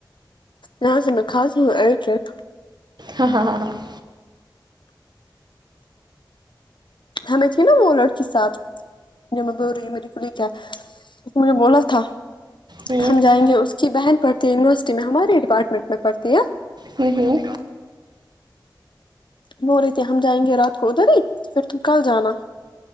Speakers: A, on the left (about 75°); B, on the right (about 60°).
A: یہاں سے میں کھاتی ہوں ایک ایک
B: ہاں ہاں ہاں ہاں ہاں
A: ہمیں تھی نا وہ لڑکی ساتھ جمع بور کھلی کیا اس نے بولا تھا
B: ہاں
A: ہم جائیں گے اس ج بہن پڑتی یونیورسٹی میں ہماری ڈپارٹمنٹ میں پڑھتی ہے
B: ہوں ہوں
A: مو رہے تھے ہم جائیں گے رات کو ادھر ہی پھر تم کل جانا